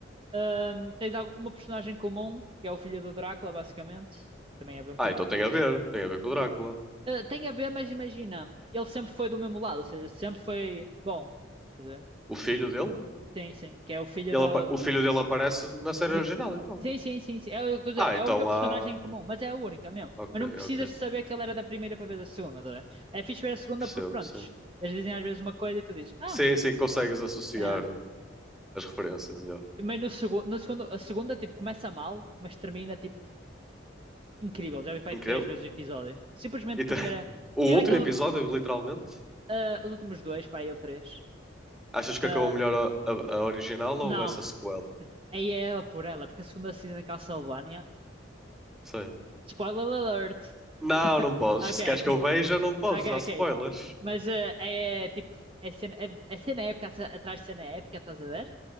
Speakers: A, on the right; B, in the centre.
A: hum, tens algum- uma personagem comum, que é o filho do Drácula, basicamente. Também é vampiro,
B: Ah, então
A: por
B: tem
A: isso.
B: a ver, tem a ver com o Drácula.
A: Ah, tem a ver, mas imagina, ele sempre foi do mesmo lado, ou seja, sempre foi bom. Estás a ver?
B: O filho dele?
A: Sim, sim. Que é o filho
B: Ele
A: do,
B: apa- O filho dele aparece na série
A: No...
B: original, então.
A: Sim, sim, sim, sim. É, o que eu estou a dizer,
B: Ah,
A: é
B: então
A: a única personagem
B: há.
A: em comum, mas é a única mesmo.
B: Ok,
A: Mas não precisas
B: ok.
A: de saber que ele era da primeira para ver da segunda, tá a ver? É fixe ver a segunda
B: Percebo,
A: porque, prontos,
B: sim.
A: eles dizem às vezes uma coisa e tu dizes, ah,
B: Sim, sim, consegues associar
A: é.
B: uh, as referências, yeah.
A: Mas no segundo, no segundo, a segunda, tipo, começa mal, mas termina, tipo, incrível. Já vi, pai,
B: Incrível.
A: três vezes o episódio. Simplesmente
B: E
A: porque
B: te- <laughs>
A: era,
B: O
A: porque era
B: último
A: aquele,
B: episódio, literalmente,
A: ah, os últimos dois, pai, eu três.
B: achas que
A: Da...
B: acabou melhor a, a- a original ou
A: Não,
B: essa sequela?
A: aí é ela por ela, porque a segunda assina em Castlevania.
B: Sim.
A: Spoiler alert!
B: Não,
A: <laughs>
B: não podes.
A: Ok,
B: Se queres
A: ok.
B: que eu veja, não podes.
A: Ok,
B: usar spoilers.
A: ok. Mas eh, é tipo, é cena, é, é cena épica atrás atrás de cena épica, estás a ver?